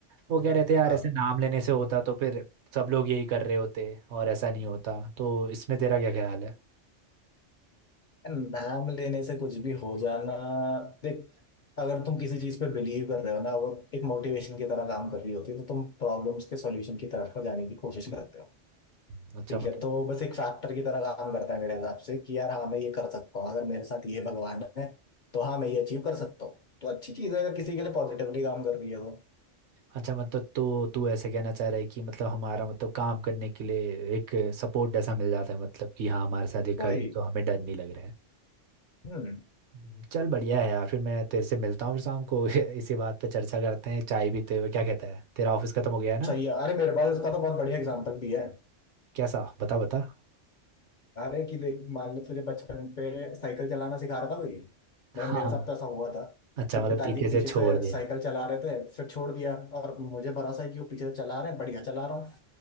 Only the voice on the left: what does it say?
हाँ।
यार, नाम लेने से कुछ भी हो जाना देख अगर तुम किसी चीज पे बिलीव कर रहे हो ना वो एक मोटिवेशन की तरह काम कर रही होती है तो तुम प्रॉब्लम्स के सॉल्यूशन की तरफ को जाने की कोशिश करते हो
ठीक
है तो बस एक फैक्टर की तरह काम करता है मेरे हिसाब से कि यार हाँ मैं ये कर सकता हूँ अगर मेरे साथ ये भगवान है तो हाँ मैं ये अचीव कर सकता हूँ तो अच्छी चीज है अगर किसी के लिए पॉजिटिवली काम कर रही है तो
वही
हम्म
सही है अरे मेरे पास इसका तो बहुत बढ़िया एग्जांपल भी है
अरे कि देख मान लो तुझे बचपन पे साइकिल चलाना सिखा रहा था कोई
मतलब मेरे साथ तो ऐसा हुआ था
कि
पिताजी
पीछे
से
साइकिल चला रहे थे फिर छोड़ दिया और मुझे भरोसा है कि वो पीछे से चला रहे हैं बढ़िया चला रहा हूँ